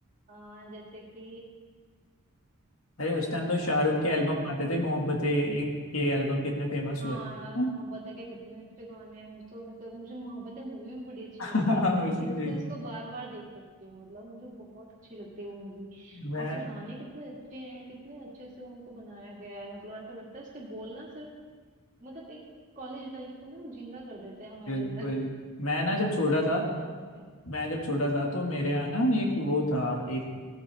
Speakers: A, on the right; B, on the left.
A: आ, जैसे कि
B: अरे उस टाइम तो शाहरुख के एल्बम आते थे मोहब्बतें एक ये एल्बम कितने फेमस
A: हाँ
B: हुए <laughs>
A: यार मोहब्बत है के कितने अच्छे गाने हैं मुझे तो उनका मुझे मोहब्बत है मूवी भी बड़ी अच्छी
B: हाँ,
A: लगती है मैं
B: इसीलिए
A: दिल से उसको बार बार देख सकती हूँ मतलब मुझे बहुत अच्छी लगती है वो मूवी
B: मैं
A: और उसके गाने कितने अच्छे हैं कितने अच्छे से उनको बनाया गया है मतलब ऐसा लगता है उसके बोलना सिर्फ मतलब एक कॉलेज लाइफ को ना जिंदा कर देते हैं हमारे
B: बिल्कुल
A: अंदर
B: मैं ना जब छोटा
A: <laughs>
B: था
A: बहुत अच्छे हैं
B: मैं जब छोटा था तो मेरे यहाँ ना एक वो था एक